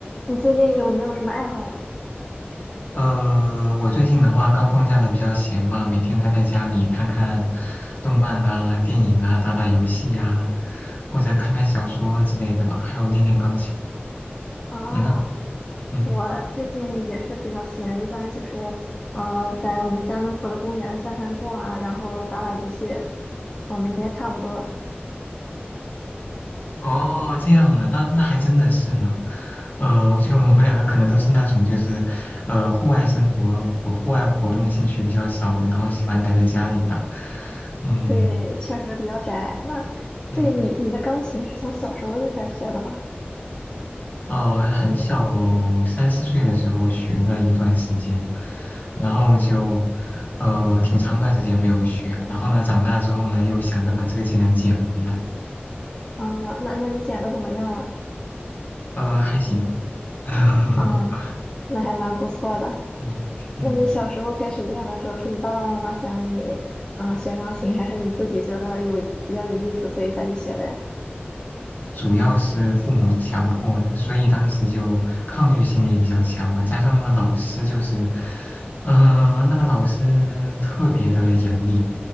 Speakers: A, on the left; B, on the left.
A: 你最近有没有什么爱好呀？
B: 呃，我最近的话刚放假的比较闲吧，每天待在家里看看动漫啊、电影啊、打打游戏呀、或者看看小说之类的吧，还有练练钢琴。
A: 啊，
B: 你呢？嗯，
A: 我最近也是比较闲，一般就是呃，在我们家门口的公园散散步啊，然后打打游戏，我们应该差不多。
B: 哦，这样啊，那那还真的是呢。呃，我觉得我们两个可能都是那种就是，呃，户外生活、户外活动兴趣比较少的，然后喜欢宅在家里的。嗯
A: 对，确实比较宅。那对你你的钢琴是从小时候就开始学的吗？
B: 嗯。哦，很小，三四岁的时候学了一段时间，然后就，呃，挺长段时间没有学，然后呢，长大之后呢，又想着把这个技能捡回来，
A: 啊，那那你剪的怎么样了？
B: 呃，还行，<laughs>
A: 啊，那还蛮不错的。
B: 嗯嗯。
A: 那你小时候开始练的时候，是你爸爸妈妈想让你嗯、呃学钢琴，还是你自己觉得有比较有意思，所以才去学的呀？
B: 主要是父母强迫的，所以当时就抗拒心理比较强嘛。加上那个老师就是，呃，那个老师特别的严厉，